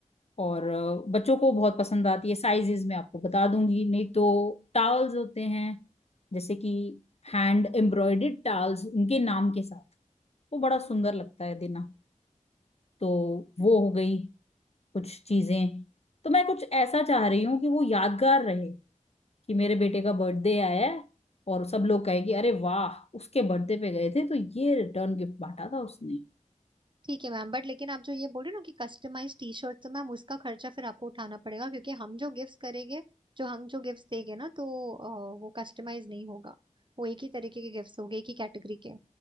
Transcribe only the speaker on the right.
ठीक है मैम बट लेकिन आप जो ये बोल रहे हो ना कि कस्टमाइज टी शर्ट तो मैम उसका खर्चा फिर आपको उठाना पड़ेगा क्योंकि हम जो गिफ्ट करेंगे जो हम जो गिफ्ट देंगे ना तो अ, वो कस्टमाइज नहीं होगा वो एक ही तरीके के गिफ्ट होंगे एक ही कैटेगरी के